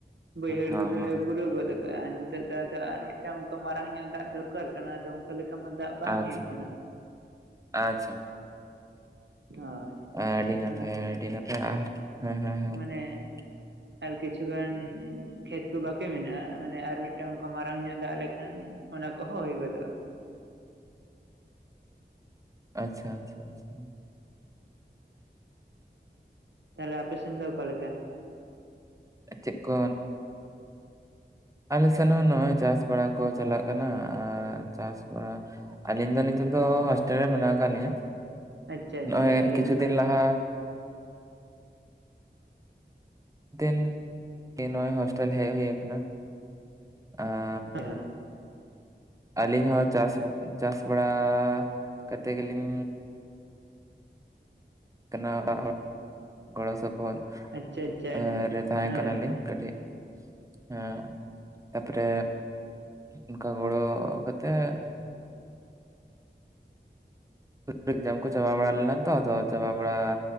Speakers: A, on the right; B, on the right.
A: ᱵᱟᱹᱭᱦᱟᱹᱲ
B: ᱦᱮᱸ
A: ᱠᱚᱫᱚᱞᱮ
B: ᱦᱮᱸ
A: ᱯᱩᱨᱟᱹᱣ ᱜᱚᱫ ᱠᱟᱜᱟ ᱱᱤᱛᱚᱜ ᱫᱚ ᱟᱫᱚ ᱟᱨ ᱢᱤᱜᱴᱟᱝ ᱚᱱᱠᱟ ᱢᱟᱨᱟᱝ ᱧᱚᱜ ᱫᱟᱜ ᱫᱚᱨᱠᱟᱨ ᱠᱟᱱᱟ ᱟᱫᱚ᱾ ᱚᱠᱟ ᱞᱮᱠᱟ ᱢᱟ ᱫᱟᱜ ᱵᱟᱝ
B: ᱟᱪᱪᱷᱟ
A: ᱦᱩᱭᱩᱜ ᱠᱟᱱᱟ᱾
B: ᱟᱪᱪᱷᱟ
A: ᱦᱳᱭ
B: ᱟᱹᱰᱤ ᱱᱟᱯᱟᱭ
A: ᱚᱱᱟ
B: ᱟᱹᱰᱤ ᱱᱟᱯᱟᱭ ᱟᱨ? ᱦᱮᱸ ᱦᱮᱸ ᱦᱮᱸ
A: ᱢᱟᱱᱮ
B: <inaudible>
A: ᱟᱨ ᱠᱤᱪᱷᱩ ᱜᱟᱱ ᱠᱷᱮᱛ ᱠᱚ ᱵᱟᱠᱮ ᱢᱮᱱᱟᱜᱼᱟ ᱢᱟᱱᱮ ᱟᱨ ᱢᱤᱫᱴᱟᱝ ᱚᱱᱠᱟ ᱢᱟᱨᱟᱝ ᱧᱚᱜ ᱫᱟᱜ ᱞᱮᱠᱷᱟᱱ? ᱚᱱᱟ ᱠᱚᱦᱚᱸ ᱦᱩᱭ ᱜᱚᱫᱚᱜᱼᱟ᱾
B: ᱟᱪᱪᱷᱟ ᱟᱪᱪᱷᱟ ᱟᱪᱪᱷᱟ
A: ᱛᱟᱦᱞᱮ ᱟᱯᱮ ᱥᱮᱱ ᱚᱠᱟ ᱞᱮᱠᱟ?
B: ᱪᱮᱫ ᱠᱚ ᱟᱞᱮ ᱥᱮᱱ ᱦᱚᱸ ᱱᱚᱜᱚᱭ ᱪᱟᱥ ᱵᱟᱲᱟ ᱠᱚ ᱪᱟᱞᱟᱜ ᱠᱟᱱᱟ᱾ ᱟᱨ ᱪᱟᱥ ᱵᱟᱲᱟ ᱟᱹᱞᱤᱧ ᱫᱚ ᱱᱤᱛᱚᱜ ᱫᱚ ᱦᱳᱥᱴᱮᱞ ᱨᱮ ᱢᱮᱱᱟᱜ ᱟᱠᱟᱜ ᱞᱤᱧᱟᱹ᱾
A: ᱟᱪᱪᱷᱟ ᱟᱪᱪᱷᱟ
B: ᱱᱚᱜᱚᱭ
A: ᱟᱹᱰᱤ
B: ᱠᱤᱪᱷᱩ
A: ᱱᱟᱯᱟᱭ
B: ᱫᱤᱱ ᱞᱟᱦᱟ ᱫᱤᱱ ᱜᱤ ᱱᱚᱜᱚᱭ ᱦᱳᱥᱴᱮᱞ ᱦᱮᱜ ᱦᱩᱭ ᱟᱠᱟᱱᱟ᱾ ᱟᱨ
A: ᱦᱳᱭ ᱦᱳᱭ
B: ᱟᱹᱞᱤᱧ ᱦᱚᱸ ᱪᱟᱥ ᱪᱟᱥ ᱵᱟᱲᱟ ᱠᱟᱛᱮᱜ ᱜᱮᱞᱤᱧ ᱠᱟᱱᱟ ᱫᱟᱜ ᱦᱚᱸ ᱜᱚᱲᱚ ᱥᱚᱯᱚᱦᱚᱫ᱾
A: ᱟᱪᱪᱷᱟ ᱟᱪᱪᱷᱟ
B: ᱟᱨ ᱛᱟᱦᱮ
A: ᱦᱳᱭ
B: ᱠᱟᱱᱟᱞᱤᱝ
A: ᱦᱳᱭ
B: ᱠᱟᱴᱤᱡ᱾ ᱦᱮᱸ ᱛᱟᱯᱚᱨᱮ ᱚᱱᱠᱟ ᱜᱚᱲᱚ ᱠᱟᱛᱮᱜ ᱵᱷᱚᱡ ᱵᱷᱚᱡ ᱡᱟᱢ ᱠᱚ ᱪᱟᱵᱟ ᱵᱟᱲᱟ ᱞᱮᱱᱟ ᱛᱚ ᱟᱫᱚ ᱪᱟᱵᱟ ᱵᱟᱲᱟ